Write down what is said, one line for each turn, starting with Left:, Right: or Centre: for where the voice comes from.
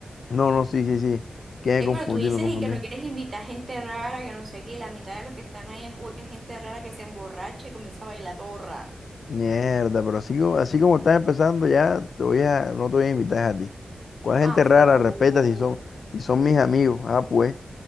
Left: no, no, sí, sí, sí. Que me
Right: Ey,
Left: confundí,
Right: pero tú dices
Left: me confundí.
Right: y que no quieres invitar gente rara, que no sé qué, y la mitad de los que están ahí es, ul- es gente rara que se emborracha y comienza a bailar todo raro.
Left: Mierda, pero así, co- así como estás empezando, ya te voy a, no te voy a invitar a ti. ¿Cuál
Right: ¡Ajo!
Left: gente rara? Respeta si son, si son mis amigos. Ah, pues,